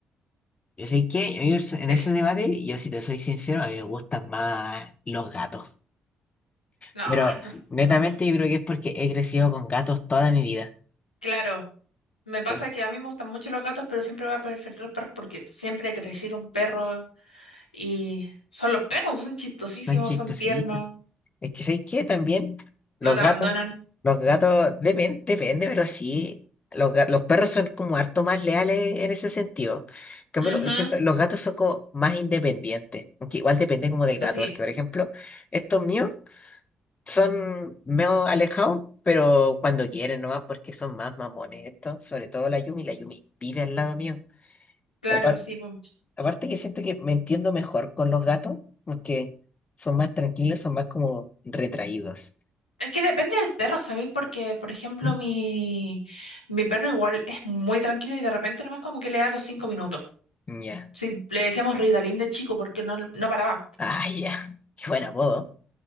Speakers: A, on the left (about 30°); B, on the left (about 85°).
A: Yo sé que a mí perso- en
B: Sí,
A: ese debate, yo si te soy sincero, a mí me gustan más los gatos.
B: no,
A: Pero
B: no,
A: netamente
B: no.
A: yo creo que es porque he crecido con gatos toda mi vida.
B: Claro, me pasa
A: Pero
B: que a mí me gustan mucho los gatos, pero siempre voy a preferir los perros porque siempre crecí con perros y son los perros, son chistosísimos,
A: son chistositos.
B: son tiernos,
A: Es que sé que también los
B: no te
A: gatos,
B: abandonan.
A: los gatos depende, depende, pero sí, los, ga- los perros son como harto más leales en ese sentido. En cambio,
B: Ujú,
A: lo- siento- los gatos son como más independientes. Aunque igual depende como del
B: Eso
A: gato,
B: sí,
A: porque por ejemplo, estos míos. Son medio alejados, pero cuando quieren nomás, porque son más mamones estos, sobre todo la Yumi, la Yumi vive al lado mío.
B: claro,
A: Y aparte,
B: sí. pues.
A: aparte que siento que me entiendo mejor con los gatos, porque son más tranquilos, son más como retraídos.
B: Es que depende del perro, ¿sabéis? Porque, por ejemplo,
A: Mm.
B: mi, mi perro igual es muy tranquilo y de repente nomás como que le da los cinco minutos.
A: Ya.
B: Sí, le decíamos Ritalin de chico porque no, no paraba.
A: Ay, ya. Qué buen apodo.